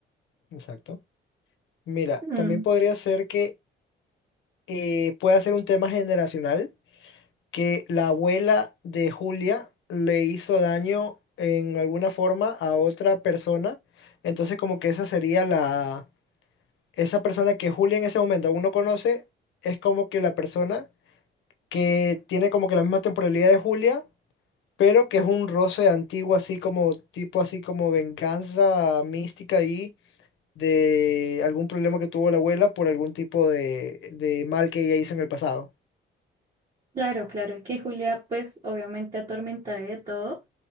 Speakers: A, on the left; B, on the right.
A: Exacto. Mira,
B: Mm.
A: también podría ser que eh, pueda ser un tema generacional, que la abuela de Julia le hizo daño en alguna forma a otra persona, entonces como que esa sería la, esa persona que Julia en ese momento aún no conoce, es como que la persona que tiene como que la misma temporalidad de Julia pero que es un roce antiguo, así como tipo, así como venganza mística ahí de algún problema que tuvo la abuela por algún tipo de, de mal que ella hizo en el pasado.
B: Claro, claro, y que Julia, pues obviamente atormentada de todo,